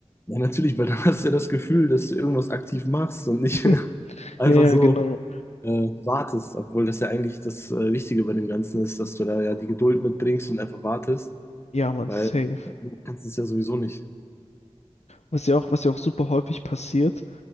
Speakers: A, on the left; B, on the left.
A: Ja, natürlich, weil dann hast du ja das Gefühl, dass du irgendwas aktiv machst und
B: <laughs>
A: nicht <laughs> einfach
B: Ja, ja,
A: so
B: genau.
A: äh, wartest, obwohl das ja eigentlich das äh, Wichtige bei dem Ganzen ist, dass du da ja die Geduld mitbringst und einfach wartest,
B: Ja, man,
A: weil
B: safe.
A: äh, du kannst es ja sowieso nicht.
B: Was ja auch, was ja auch super häufig passiert,